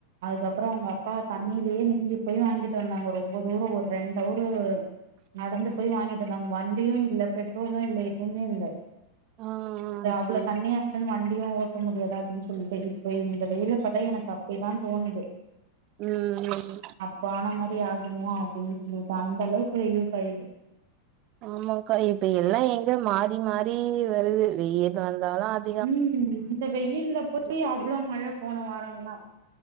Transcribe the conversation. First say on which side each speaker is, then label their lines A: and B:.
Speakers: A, on the right; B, on the right.
A: அதுக்கப்றோ அவங்க அப் பா தண்ணிலயே நிந்தி போய் வாங்கிட்டு வந்தாங்க ரொம்ப தூரோ ஒரு ரெண்டவரு நடந்து போய் வாங்கிட்டு வந்தாங்க வண்டியும் இல்ல பெட்ரோலும் இல்ல எதுவுமே இல்ல
B: ஆ
A: அவ்ளோ
B: சேரி
A: தண்ணியா வண்டியு ஓட்ட முடியாதா அப்டினு சொல்லிட்டு இப்ப இந்த வெயில பாத்தா எனக்கு அப்டிதான் தோணுது
B: ம் ஆமா
A: போன மாறி ஆகுமோ அப்டின்னு சொல்லிட்டு அந்த அளவுக்கு வெயில் காயிது
B: ஆமாக்கா இப்ப எல்லா எங்க மாறி மாறி வருது வெயில் வந்தாலோ அது
A: ம் இப்போ வெயில்ல போய்
B: வருது
A: அவ்ளோ மழ போன வாரோல்லா